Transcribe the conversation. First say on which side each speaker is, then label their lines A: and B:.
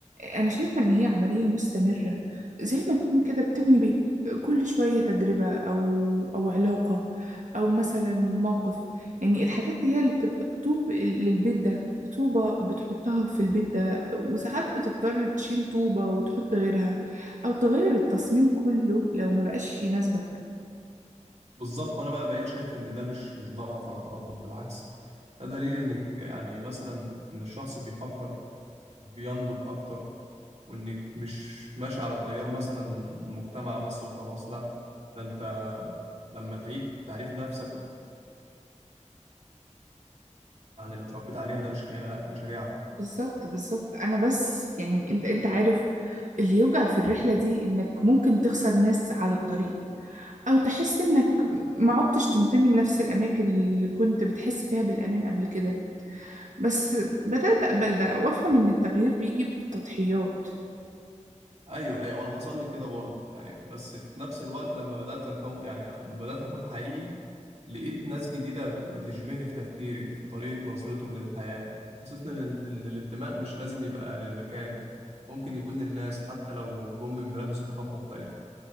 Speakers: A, on the right; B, on the right.
A: أنا شايفة إن هي عملية مستمرة زي ما تكون كده بتبني بيت كل شوية تجربة أو أو علاقة أو مثلا موقف يعني الحاجات دي هي اللي بتبقى طوب للبيت ده طوبة بتحطها في البيت ده وساعات بتضطر تشيل طوبة وتحط غيرها أو تغير التصميم كله لو ما بقاش يناسبك
B: بالظبط وانا بقى بقيت شايف ان ده مش مش ضعف ولا تردد بالعكس ده دليل انك يعني مثلا ان الشخص بيفكر بينضج اكتر وانك مش ماشي على تيار مثلا المجتمع بس وخلاص لا ده انت لما تعيد تعريف نفسك عن اللي اتربيت عليها ده مش خيانة لا دي شجاعة
A: بالظبط بالظبط انا بس يعني انت انت عارف اللي يوجع في الرحلة دي انك ممكن تخسر ناس على الطريق او تحس انك ما عدتش تنتمي لنفس الاماكن اللي كنت بتحس فيها بالامان قبل كده بس بدأت اقبل ده وافهم ان التغيير بيجي بتضحيات
B: ايوه ايوه انا حصل لي كده برضه يعني بس في نفس الوقت لما بدات أكو يعني لما بدات اكون حقيقي لقيت ناس جديده بتشبهني في تفكيري في طريقه نظرتهم للحياه حسيت ان ان الانتماء مش لازم يبقى للمكان ممكن يكون للناس حتى لو جم من بلاد وثقافات مختلفه